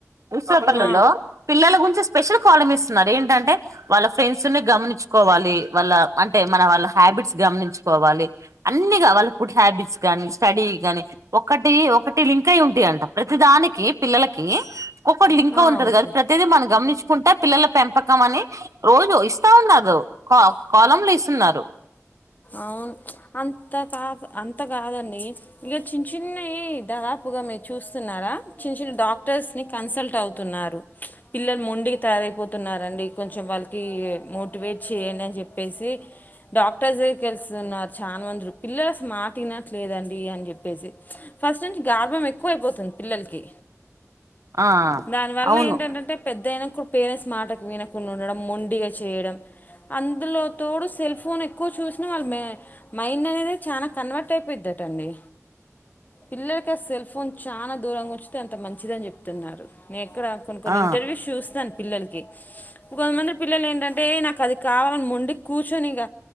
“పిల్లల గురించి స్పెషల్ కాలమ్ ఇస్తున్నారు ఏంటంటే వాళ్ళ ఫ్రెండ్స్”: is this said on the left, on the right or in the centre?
Right